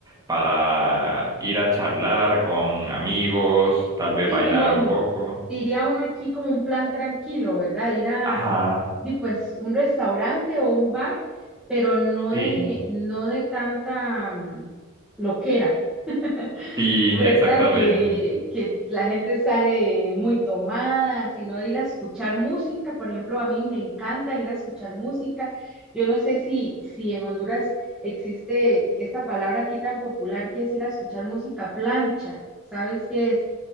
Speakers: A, on the right (about 20°); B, in the centre.
A: para ir a charlar con amigos, tal vez
B: Sí,
A: bailar
B: como
A: un poco.
B: diría uno aquí, como un plan tranquilo, ¿verdad? Ir a,
A: Ajá.
B: di, pues, un restaurante o un bar, pero no
A: Sí.
B: de, no de tanta mm, loquera, <laughs>
A: Sí,
B: ¿verdad?
A: exactamente.
B: Que, que la gente sale muy tomada, sino de ir a escuchar música. Por ejemplo, a mí me encanta ir a escuchar música. Yo no sé si, si en Honduras existe esta palabra aquí tan popular que es ir a escuchar música plancha. ¿Sabes qué es?